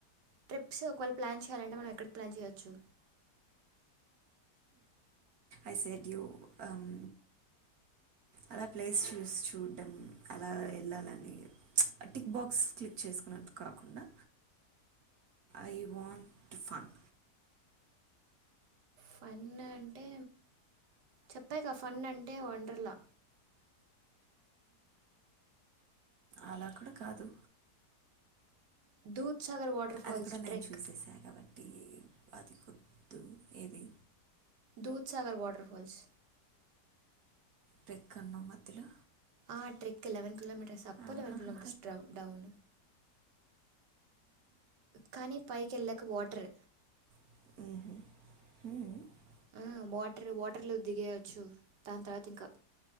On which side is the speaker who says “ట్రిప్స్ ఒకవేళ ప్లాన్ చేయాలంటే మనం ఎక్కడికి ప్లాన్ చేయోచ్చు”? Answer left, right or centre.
Right